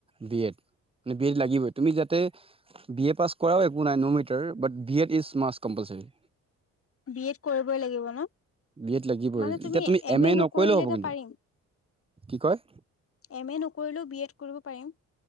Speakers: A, on the right; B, on the left.
A: B Ed. মানে বি এড লাগিবই। তুমি যাতে বি এ পাছ কৰাও একো নাই no matter. But B Ed is must compulsory.
B: B Ed কৰিবই লাগিব ন'?
A: বি এড লাগিবই।
B: মানে
A: এতিয়া তুমি এম এ
B: নকৰিলে
A: নকৰিলেও হ'ব
B: এতিয়া
A: কিন্তু।
B: পাৰিম।
A: কি কয়?
B: এম এ নকৰিলেও, বি এড কৰিব পাৰিম?